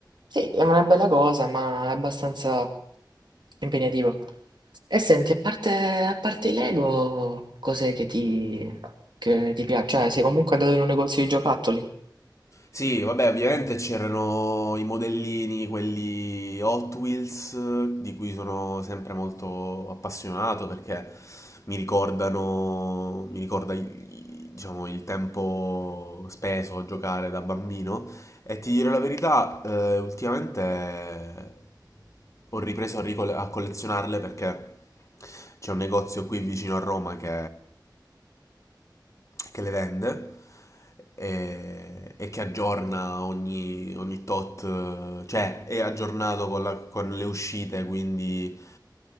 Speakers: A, on the right; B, on the left.
A: sì, è una bella cosa, ma è abbastanza impegnativo. E senti, a parte, a parte i Lego, cos'è che ti, che ti piace? Cioè, sei comunque andato in un negozio di giocattoli?
B: Sì, vabbè, ovviamente c'erano i modellini, quelli Hot Wheels, di cui sono sempre molto appassionato perché mi ricordano, mi ricorda, il- diciamo, il tempo speso a giocare da bambino. E ti dirò la verità, eh, ultimamente ho ripreso a, ricole- a collezionarle perché c'è un negozio qui vicino a Roma che, che le vende e, e che aggiorna ogni, ogni tot, eh, cioè è aggiornato con la- con le uscite, quindi